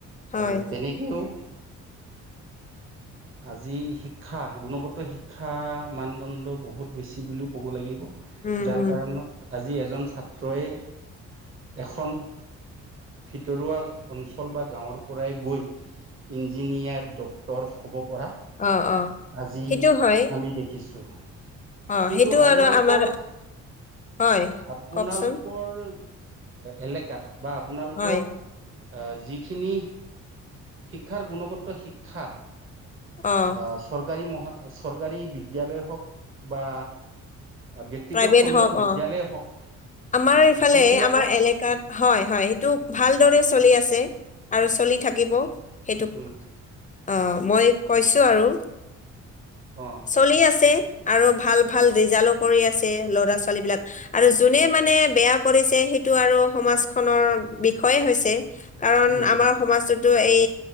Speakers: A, on the left; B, on the right.
A: হয়,
B: আৰু তেনে কেও আজি শিক্ষা গুণগত শিক্ষা মানদণ্ড বহুত বেছি বুলিও ক'ব লাগিব
A: উম,
B: যাৰ
A: উম,
B: কাৰণত আজি এজন ছাত্ৰই এখন ভিতৰুৱা অঞ্চল বা গাঁৱৰ পৰাই গৈ ইঞ্জিনিয়াৰ ডক্তৰ হব পৰা
A: অ', অ',
B: আজি
A: সেইটো হয়,
B: আমি দেখ খিছোঁ
A: অ',
B: কিন্তু
A: সেইটো
B: আপোনালোকৰ
A: আৰু আমাৰ হয়,
B: আপোনালোকৰ
A: কওকচোন
B: এলেকাত বা আপোনালোকৰ
A: হয়,
B: অ যিখিনি শিক্ষাৰ গুণগত শিক্ষা
A: অ',
B: আহ চৰকাৰী মহা চৰকাৰী বিদ্যালয় হওঁক বা ব্যক্তিগত
A: প্ৰাইভেট
B: খণ্ডৰ
A: হওঁক
B: বিদ্যালয়ে
A: অ
B: হওক
A: আমাৰ ইফালে
B: সেইবিলাকত
A: আমাৰ এলেকাত হয় হয় সেইটো ভালদৰে চলি আছে আৰু চলি থাকিব সেইটো
B: উম
A: আহ মই কৈছো আৰু
B: অ
A: চলি আছে আৰু ভাল ভাল ৰিজাল্টো কৰি আছে ল'ৰা-ছোৱালী বিলাক আৰু যোনে মানে বেয়া কৰিছে সেইটো আৰু সমাজখনৰ বিষয়ে হৈছে কাৰণ
B: উম
A: আমাৰ সমাজটোতো এই